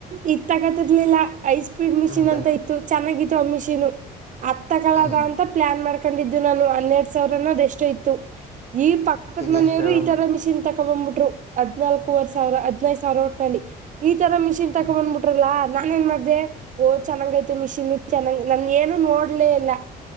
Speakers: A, on the right; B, on the left.
A: ಇ ತಗತಿರ್ಲಿಲ್ಲ ಐ <unintelligible> ೀಡ್ ಮಿಷಿನ್
B: ಮತ್ತೆ
A: ಅಂತ ಇತ್ತು ಚೆನ್ನಾಗಿತ್ತು ಆ ಮಿಷಿನ್ ಅ ತ ಕಳದ
B: ಹ್ಮ್
A: ಅಂತ ಪ್ಲಾನ್ ಮಾಡ್ <unintelligible> ಕಂಡಿದ್ದು ನಾನು ಹನ್ನೆರಡ್ ಸಾವಿರನ್ನ ಅದ್ ಎಷ್ಟೋ ಇತ್ತು ಈ ಪಕ್ಕದ
B: ಇದೆಷ್ಟು
A: ಮನೆಯರು ಈ ತರ ಮಿಷನ್ <unintelligible> ತಕೊ ಬಂಬ್ಬಿಟ್ರು ಹದ್ನಾಲ್ಕೂವರೆ ಸಾವಿರ ಹದಿನೈದು ಸಾವಿರ ಒಟ್ಟಲ್ಲಿ <unintelligible> ಈ ತರ ಮಿಷಿನ್ ತಕೊ
B: ಹ್ಮ್
A: ಬಂದ್ಬಿಟ್ರಲ್ಲಾ ನಾನೇನ್ ಮಧ್ಯ್ದೆ <unintelligible> ಓಹ್ ಚೆನ್ನಾಗೈತೆ ಮಿಷಿನ್ ಚೆನ್ನಾಗ್ ನನ್ ಏನು ನೋಡ್ಲೇ ಎಲ್ಲ <unintelligible>